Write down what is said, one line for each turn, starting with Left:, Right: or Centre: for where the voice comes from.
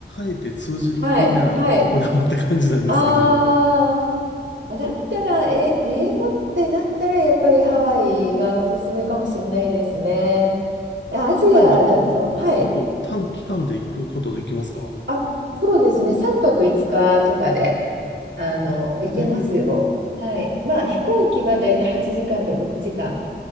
Left: えて通じる国ならどこでもって感じなんですけど、
Right: はい、はい。あー、だったら、え、英語ってなったら、やっぱりハワイがおすすめかもしれないですね。アジアだと、
Left: ハワイだと結構短期間で行くことできますか
Right: はい。あ、そうですね。3泊5日とかで、あの、
Left: あ、
Right: 行けますよ。
Left: へえ
Right: はい。まあ、飛行機はだいたい8時間とか9時間